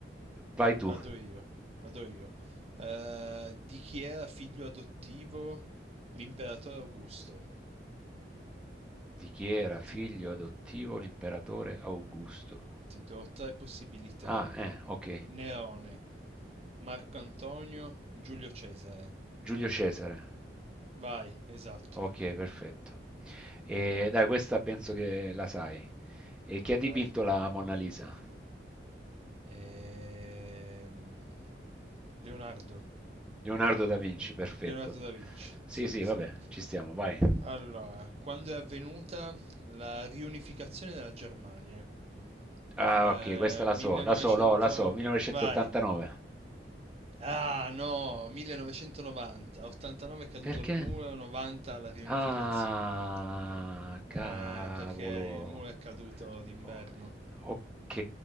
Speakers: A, in the centre; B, on the right (about 35°).
A: Vai tu.
B: Vado io. Vado io. Eh, di chi era figlio adottivo l'imperatore Augusto?
A: Di chi era figlio
B: Ti,
A: adottivo l'imperatore Augusto?
B: ti do tre possibilità.
A: Ah, eh, ok.
B: N- Nerone, Marco Antonio, Giulio Cesare.
A: Giulio Cesare.
B: Vai, esatto.
A: Ok, perfetto. E dai, questa penso che la sai. E chi ha
B: Vai.
A: dipinto la Mona Lisa?
B: Ehm, Leonardo.
A: Leonardo da Vinci, perfetto.
B: Leonardo da Vinci,
A: Sì,
B: sì,
A: sì,
B: sì.
A: vabbè, ci stiamo, vai.
B: Allora, quando è avvenuta la riunificazione della Germania?
A: Ah,
B: Eh,
A: ok, questa la
B: 1900...
A: so, la so, no, la so, 1989.
B: Vai. Ah, no, 1990. 89 è caduto
A: Perché?
B: il muro, 90 la riunificazione.
A: Ah, cavolo.
B: Eh, perché il muro è caduto d'inverno.
A: Oh, ok,